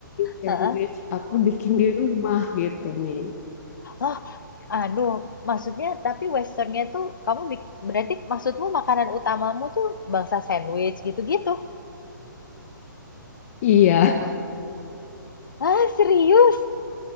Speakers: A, on the left; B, on the left.
A: sandwich
B: Heeh.
A: aku <laughs> bikin di rumah gitu, Mi.
B: Oh, anu, maksudnya tapi westernnya tuh kamu bik berarti maksudmu makanan utamamu tuh bangsa sandwich gitu-gitu?
A: Iya.
B: Ah, serius?